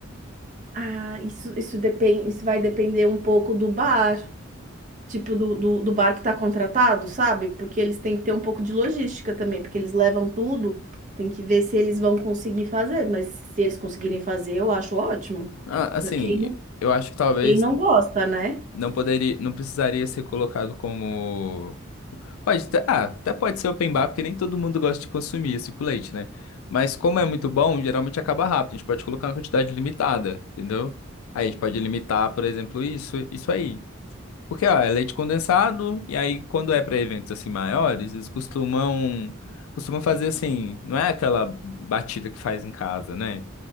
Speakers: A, on the right; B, on the left.
A: Ah, isso, isso depende, isso vai depender um pouco do bar. tipo do, do, do bar que tá contratado, sabe? Porque eles têm que ter um pouco de logística também, porque eles levam tudo, tem que ver se eles vão conseguir fazer, mas se eles conseguirem fazer, eu acho ótimo.
B: Ah, assim,
A: Quem, não-
B: eu acho que talvez
A: quem não gosta, né?
B: não poderia, não precisaria ser colocado como. Pode, ter- ah, até pode ser open bar, porque nem todo mundo gosta de consumir esse com leite, né? Mas como é muito bom, geralmente acaba rápido. A gente pode colocar uma quantidade limitada, entendeu? Aí a gente pode limitar, por exemplo, isso, isso aí. Porque, ó, é leite condensado, e aí quando é para eventos assim maiores, eles costumam costumam fazer assim, não é aquela batida que faz em casa, né?